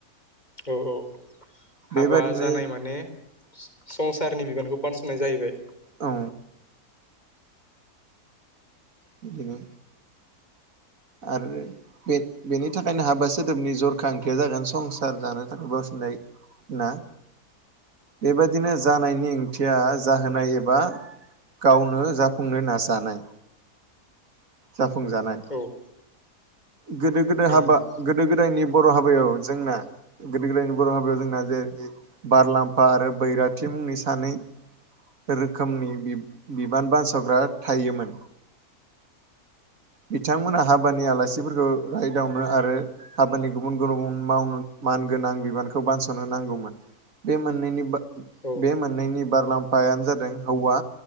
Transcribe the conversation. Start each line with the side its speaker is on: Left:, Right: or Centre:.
Left: औ औ
Right: बेबायदिनो
Left: हाबा जानाय माने संसारनि बिबानखौ बानस'नाय जाहैबाय
Right: औ बिदिनो आरो बे बेनि थाखायनो हाबा सोदोबनि जरखा ओंखया जागोन संसार जानो थाखाय गावसनाय ना बेबादिनो जानायनि ओंथिया जाहोनाय एबा गावनो जाफुंनो नाजानाय जाफुंजानाय
Left: औ
Right: गोदो गोदो
Left: उम
Right: हाबा
Left: उम
Right: गोदो गोदायनि बर' हाबायाव जोंना गोदो गोदायनि बर' हाबायाव जोंना जेरै बारलामफा आरो बैराथि मुंनि सानै रोखोमनि बिबान बानस'ग्रा थायोमोन बिथांमोना हाबानि आलासिफोरखौ रायदावनो आरो हाबानि गुबुन गुबुन गुबुन मानगोनां बिबानखौ बानस'नो नांगौमोन बे मोननैनि
Left: औ
Right: बे मोननैनि बारलाम्फायानो जादों हौवा